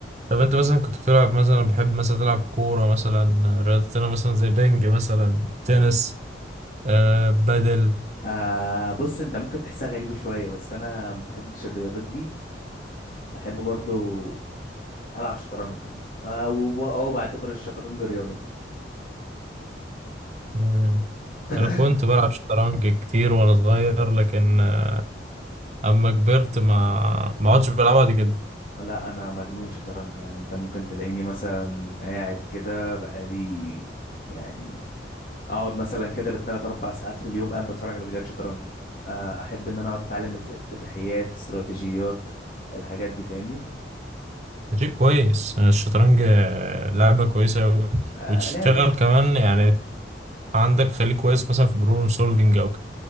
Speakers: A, on the right (about 40°); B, on the left (about 50°).
A: طب انت مثلا كنت بتلعب مثلا بحب مثلا تلعب كورة مثلا رياضتنا مثلا زي بينج مثلا تنس آه بدل
B: آه بص انت ممكن تحسها غريبة شوية بس انا ما بحبش الرياضات دي بحب برضو ألعب شطرنج آه، و- أو بعتبر الشطرنج رياضة
A: مم.
B: <coughs>
A: انا كنت بلعب شطرنج كتير وانا صغير لكن آه، اما كبرت ما ما عدتش بلعبها دي كده
B: لا أنا مجنون شطرنج يعني أنت ممكن تلاقيني مثلا قاعد كده بقالي يعني أقعد مثلا كده بالتلات أربع ساعات في اليوم قاعد بتفرج على فيديوهات شطرنج آه، أحب إن أنا أقعد أتعلم اس- افتتاحيات استراتيجيات الحاجات دي فاهمني
A: ده شيء كويس الشطرنج آه، لعبة كويسة أوي
B: آه،
A: وتشتغل
B: لعبة
A: كمان يعني عندك خليك كويس مثلا في بروبلم سولفينج او